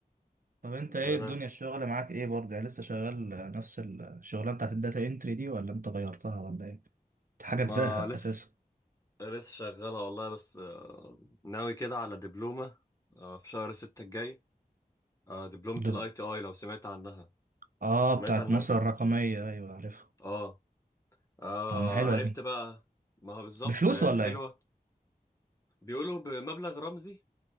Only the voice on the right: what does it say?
طب انت
ايه الدنيا الشغل معاك ايه برضه يعني لسه شغال نفس الشغلانة بتاعت الداتا انتري دي ولا انت غيرتها ولا ايه دي حاجة
تزهق
اساسا
دب
اه
بتاعت
مصر الرقمية ايوه عارفها
طب ما حلوة
دي
بفلوس
ولا
ايه؟